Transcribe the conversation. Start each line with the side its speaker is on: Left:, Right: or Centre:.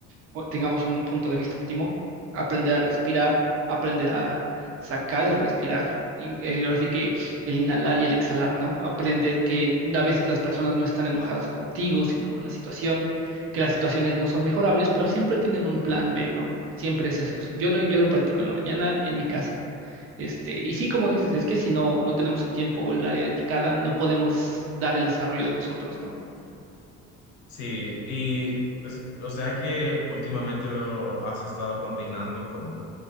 Right: po- tengamos un punto de vista óptimo, aprender a respirar, aprender a sacar el respirar. in- eh, ahora sí que el inhalar y el exhalar, ¿no? Aprender que a veces las personas no están enojadas contigo, sino con la situación, que las situaciones no son mejorables, pero siempre tienen un plan B, ¿no? Siempre es eso. Yo lo, yo lo practico en la mañana en mi casa. Este, y sí, como dices, es que si no, no tenemos el tiempo o el área indicada, no podemos dar el desarrollo de nosotros, ¿no?
Left: Sí, y pues, o sea que últimamente lo has estado combinando con,